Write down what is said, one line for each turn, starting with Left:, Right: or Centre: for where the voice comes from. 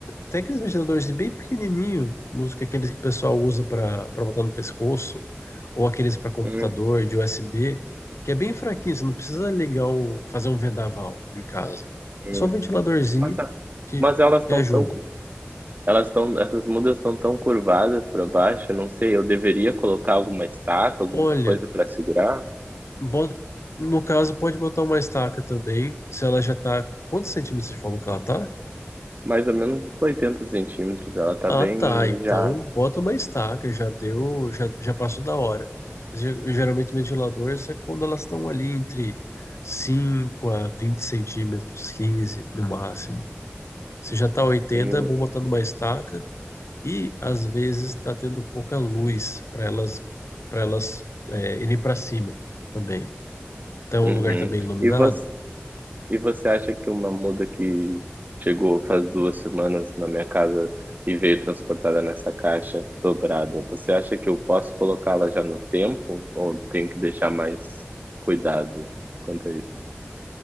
Left: Tem aqueles ventiladores bem pequenininho, uns que aqueles que o pessoal usa para para botar no pescoço, ou aqueles para computador
Right: Hum,
Left: de USB, que é bem fraquinho. Você não precisa ligar um, fazer um vendaval em casa.
Right: hum.
Left: É só um ventiladorzinho
Right: Mas, a-
Left: que,
Right: mas elas
Left: que
Right: estão
Left: ajuda.
Right: tão, tão cu- elas estão, essas mudas estão tão curvadas para baixo, eu não sei, eu deveria colocar alguma estaca, alguma
Left: Olha,
Right: coisa para segurar?
Left: bota- no caso, pode botar uma estaca também, se ela já tá. Quantos centímetros você falou que ela tá?
Right: Mais ou menos 80 centímetros, ela tá
Left: Ah,
Right: bem
Left: tá. Então
Right: já.
Left: bota uma estaca, já deu, já, já passou da hora. Ge- Geralmente ventiladores é quando elas estão ali entre 5 a 20 centímetros, 15 no máximo. Se já tá oitenta,
Right: Hum,
Left: é bom botando uma estaca e às vezes está tendo pouca luz para elas para elas é, irem para cima também. Então
Right: uhum.
Left: o lugar também iluminado.
Right: E você, E você acha que uma muda que chegou faz duas semanas na minha casa e veio transportada nessa caixa dobrada, você acha que eu posso colocá-la já no tempo ou tenho que deixar mais cuidado quanto a isso?